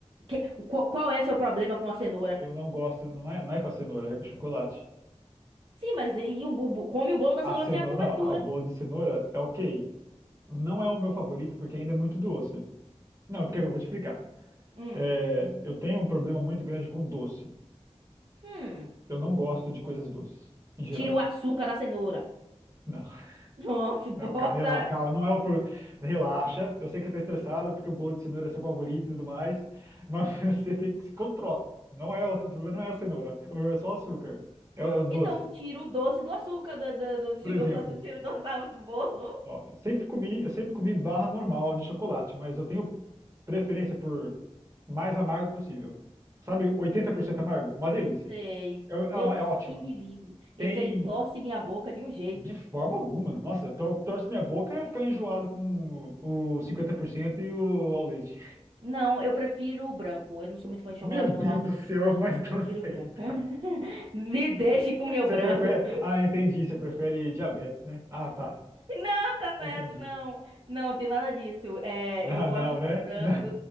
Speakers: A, on the right; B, on the right.
A: Que- qual, qual é seu problema com a cenoura?
B: Eu não gosto, não é, não é com a cenoura, é com chocolate.
A: Sim, mas e, e o, o- come o bolo da
B: A
A: cenoura
B: cenoura,
A: sem a cobertura.
B: não, a- o bolo de cenoura é ok. Não é o meu favorito porque ainda é muito doce. Não, porque eu vou te explicar.
A: Hum,
B: É, eu tenho um problema muito grande com doce.
A: hum.
B: Eu não gosto de coisas doces, em geral.
A: Tira o açúcar da cenoura.
B: Não.
A: Pronto, <laughs> bota.
B: Não, cara, relaxa, calma, não é o problema. Relaxa, eu sei que você tá estressada porque o bolo de cenoura é seu favorito e tudo mais, mas <laughs> você tem que se controlar. Não é o, o problema não é a cenoura, o problema é só o açúcar, é, o é o doce.
A: Então, tira o doce do açúcar. Da, da, da- tira
B: Por exemplo,
A: o doce do açúcar, tira o doce da- do bolo.
B: ó, sempre comi, eu sempre comi barra normal de chocolate, mas eu tenho preferência por mais amargo possível. Sabe, Oitenta por cento amargo? Uma delícia.
A: Sei.
B: É, é, é
A: Deus
B: ótimo.
A: que me livre.
B: Tem,
A: Esse aí torce minha boca de um jeito.
B: de forma alguma, nossa, tor torce minha boca é ficar enjoado com o 50% e o ao leite.
A: Não, eu prefiro o branco. Eu não sou muito fã de
B: Meu
A: chocolate
B: Deus
A: normal.
B: do céu, <laughs> é mais
A: Eu
B: doce
A: prefiro
B: ainda.
A: o branco. <laughs> Me deixe com o meu
B: Você
A: branco,
B: prefere.
A: viu?
B: Ah, entendi. Você prefere diabetes, né? Ah, tá.
A: Não, tá certo,
B: Entendi.
A: não. Não, tem nada disso. É,
B: Ah,
A: eu gosto
B: não,
A: do
B: né?
A: branco.
B: Não,